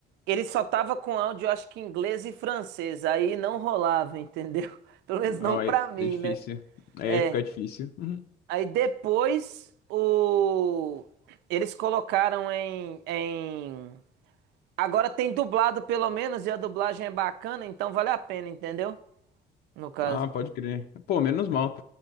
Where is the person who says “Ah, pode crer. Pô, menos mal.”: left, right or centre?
Left